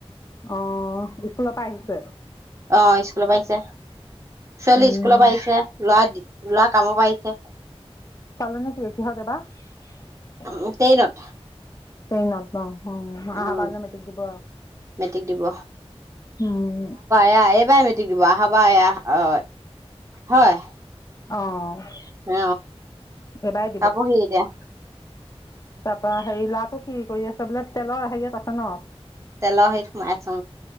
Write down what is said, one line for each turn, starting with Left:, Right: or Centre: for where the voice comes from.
Left: অ স্কুলৰ পৰা আহিছে
Right: অ স্কুলৰ পৰা আহিছে ছোৱালী
Left: উম।
Right: স্কুল পৰা আহিছে। লোৱা দি লৰা কাম পৰা আহিছে
Left: চালু নেকি কিহত এবা? ট্ৰেইনত
Right: উ ট্ৰেইনত
Left: অ
Right: উম
Left: আহাবাৰ মেট্ৰিক দিব
Right: মেট্ৰিক দিব
Left: উম
Right: এয়া এইবাৰ অহা বাৰ মেট্ৰিক দিব হবা এয়া অ হয়
Left: অ
Right: অ
Left: এইবাৰ
Right: পাবহি এতিয়া
Left: তাৰ পৰা হেৰি ল'ৰাটোকি কৰি আছে টেবুল তলত তেলৰ হেৰিয়ত আছে ন
Right: তেল সেইতই সোমাই আছো